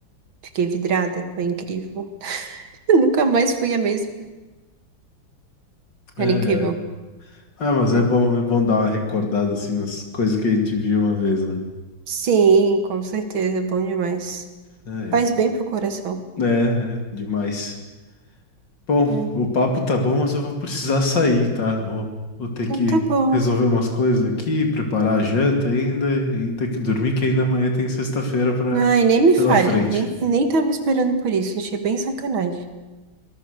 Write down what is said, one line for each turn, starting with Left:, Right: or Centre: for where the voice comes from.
Right: Fiquei vidrada, foi incrível. <laughs> Eu Nunca mais fui a mesma. Era
Left: É,
Right: incrível.
Left: é. Ah, mas
Right: É.
Left: é bom, é bom dar uma recordada assim nas coisas que a gente viu uma vez, né?
Right: Sim, com certeza, bom demais.
Left: Ah, é.
Right: Faz bem pro coração.
Left: É, é, demais. Bom,
Right: É.
Left: o papo tá bom, mas eu vou precisar sair, tá? Vou, vou ter
Right: Então
Left: que
Right: tá bom.
Left: resolver umas coisas aqui, preparar a janta ainda e ter que dormir, que ainda amanhã tem sexta-feira para
Right: Ai, nem me
Left: pela
Right: fale,
Left: frente.
Right: nem, nem tava esperando por isso, achei bem sacanagem.